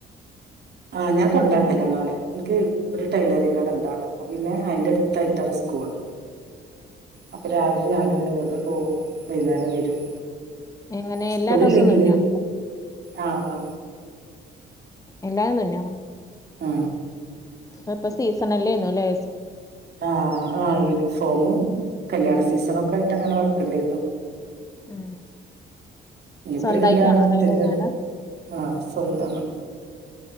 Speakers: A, on the right; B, on the left.
A: ആ ഞാ കൊണ്ടാക്ക്കലാണോനെ ഇൻക്ക് ഒരു ടൈലറിംകടണ്ടവടെ അപ്പൊ പിന്നെ അയിന്റെടുത്തയിട്ടണ് സ് കൂള്
B: <inaudible>
A: അപ്പൊ രാവിലെ ഞാനൂ ഒനും ഇവിടുന്ന് പോകും വൈന്നേരം വരും
B: എങ്ങനെ
A: സ്കൂള്
B: എല്ലാ ഡ്രസ്സും
A: ഇല്ലെങ്കില്
B: തുന്നോ
A: ആ ആ
B: എല്ലാതും തൂന്നോ
A: ആ
B: ഇപ്പൊപ്പൊ സീസണല്ലേന്നൊല്ലേ
A: ആ ആ യൂണിഫോമും കല്യാണ സീസണൊക്കായിട്ട് അങ്ങനെ വർക്ക് ണ്ടേരുന്നു
B: ഉം
A: ഇനിയിപ്പൊ
B: സ്വന്തായിട്ടാണോ
A: ഒരു കല്യാണത്തിന്റെ
B: ടൈലറിങ്
A: ഉണ്ട്
B: കട
A: ആഹ് സ്വന്തമാണ്